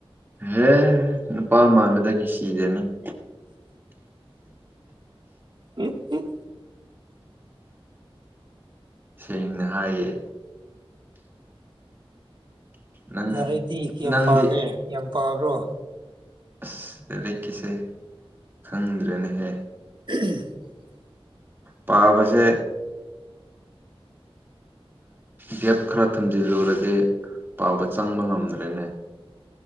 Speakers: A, on the right (about 20°); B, on the right (about 50°).
A: ꯑꯦꯦ ꯅꯨꯄꯥ ꯃꯥꯟꯕꯗꯒꯤ ꯁꯤꯖꯅꯤ <inaudible>
B: ꯎꯝ ꯎꯝ
A: ꯁꯦꯡꯅ ꯍꯥꯏꯌꯦ ꯅꯪ
B: ꯔꯩꯗꯤ ꯀꯌꯥꯝ
A: ꯅꯪꯗꯤ
B: ꯄꯥꯒꯦ ꯌꯥꯝ ꯄꯥꯕ꯭ꯔꯣ
A: ꯑꯁꯗ ꯂꯩꯀꯤꯁꯦ ꯈꯪꯗ꯭ꯔꯦꯅꯍꯦ
B: <unintelligible>
A: ꯄꯥꯕꯁꯦ ꯒꯦꯞ ꯈꯔ ꯊꯝꯖꯤꯜꯂꯨꯔꯗꯤ ꯄꯥꯕ ꯆꯪꯕ ꯉꯝꯗ꯭ꯔꯦꯅꯦ